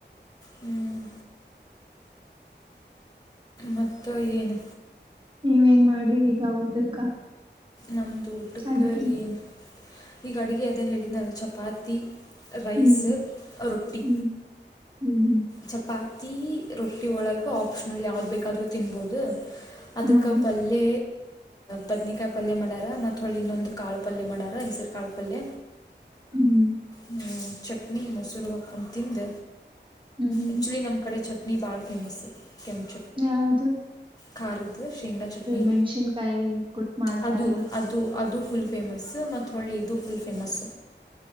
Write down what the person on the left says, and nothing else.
ಹ್ಮ್ ಮತ್ತು ಏನು
ನಮ್ದ ಊಟಕ್ಕೆ
ಏನು ಈಗ ಅಡುಗೆ ಅದ ಹೇಳಿದನಲ್ಲ ಚಪಾತಿ ರೈಸ್
ರೊಟ್ಟಿ
ಚಪಾತಿ ರೊಟ್ಟಿ ಒಳಗೆ ಆಪ್ಷನಲ್ ಯಾವ್ದು ಬೇಕಾದರೂ ತಿನ್ಬೋದು ಅದಕ್
ಪಲ್ಯ ಬದನಿಕಾಯಿ ಪಲ್ಯ ಮಾಡಾರ ಮತ್ ಹೊಳಿ ಇನ್ನೊಂದ ಕಾಳು ಪಲ್ಯ ಮಾಡಾರ ಹೆಸರು ಕಾಳು ಪಲ್ಯ
ಹ ಚಟ್ನಿ ಮೊಸರು ಹಾಕ್ಕೊಂಡು ತಿಂದ
ಆಕ್ಚುಲಿ ನಮ್ಮ್ ಕಡೆ ಚಟ್ನಿ ನೀ ಬಹಾರ್ ಫೇಮಸ್ ಕೆಂಚ
ಖಾರದ ಶೇಂಗಾ ಚಟ್ನಿ
ಅದು ಅದು ಅದು ಫುಲ್ ಫೇಮಸ್ ಮತ್ತು ಹಳ್ಳೆಯಿದದು ಫುಲ್ ಫೇಮಸ್